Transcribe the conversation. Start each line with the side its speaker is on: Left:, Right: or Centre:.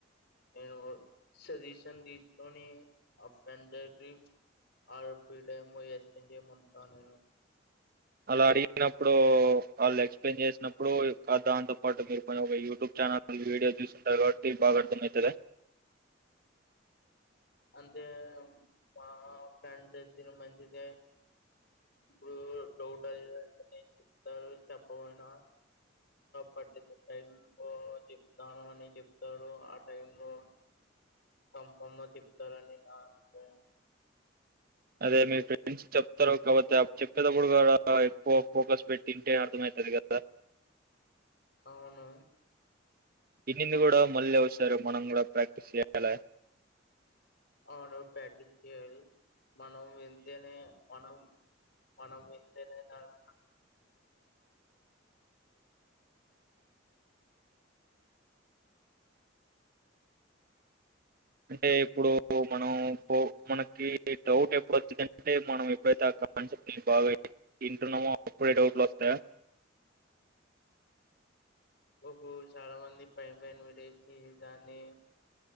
Left: నేను సజెషన్ తీసుకొని ఆ <unintelligible> నేను
Right: అలా అడిగినప్పుడు వాళ్ళు ఎక్స్ప్లెయిన్ చేసినప్పుడు దాంతో పాటు మీరు కొంచం ఒక యూట్యూబ్ ఛానల్ వీడియో చూసుంటారు కాబట్టి బాగా అర్థం అవుతుంది
Left: అంటే మా ఫ్రెండ్స్ అయితే మంచిద ఇప్పుడు డౌట్ అదింట చెప్తారు చెప్పమయినా పటి టై లో చెప్తాను అని చెప్తారు ఆ టైం లో కన్ఫామ్ గా చెప్తారని నాకు
Right: అదే మీ ఫ్రెండ్స్ చెప్తారు కాపోతే చెప్పేటప్పుడు కూడా ఎక్కువ ఫోకస్ పెట్టింటే అర్థమయితది కదా
Left: అవును
Right: దీన్నింది కూడా మళ్ళీ వస్తారు మనం కూడా ప్రాక్టీస్ చేయాల
Left: అవును పటిచ్చడి మనం వెంతేనే మనం మనౌప్పుడ
Right: అంటే ఇప్పుడు మనం మనకి డౌట్ ఎప్పుడు వచ్చిందంటే మనం ఎప్పుడైతే ఆ కాన్సెప్ట్ ని బాగా తింటున్నామో అప్పుడే డౌట్లు వస్తాయి
Left: ఒక చాలా మంది పైన పైన విడేసి దాన్ని